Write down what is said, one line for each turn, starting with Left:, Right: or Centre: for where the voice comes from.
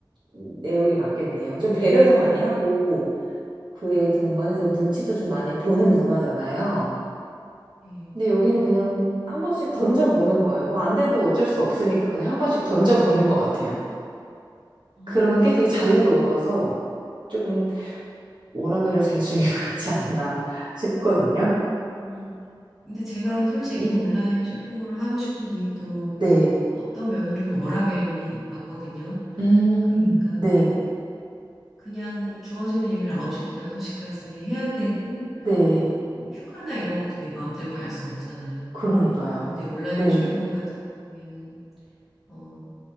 Right: 내용이 맞겠네요. 좀 배려도 많이 하고, 그에 동반해서 눈치도 좀 많이 보는 문화잖아요.
Centre: 네.
Right: 근데 여기는 그냥 한 번씩 던져보는 거예요. 뭐, 안 돼도 어쩔 수 없으니까 그냥 한 번씩 던져보는 것 같아요.
Centre: 어,
Right: 그런 게 되게 자유로워서 조금 워라밸을 잘 즐기고 <laughs> 있지 않나 싶거든요.
Centre: 음. 근데 제가 솔직히
Right: 음,
Centre: 온라인 쇼핑몰을 하고 싶은 이유도
Right: 네.
Centre: 어떤 면으로는 워라밸이 맞거든요.
Right: 음,
Centre: 그러니까
Right: 네.
Centre: 그냥 주어지는 일을 9시부터 6시까지 해야 되고
Right: 네.
Centre: 또 휴가나 이런 것도 내 마음대로 갈 수 없잖아요.
Right: 그러니까요.
Centre: 그런데 온라인
Right: 네.
Centre: 쇼핑몰 같은 경우에는 어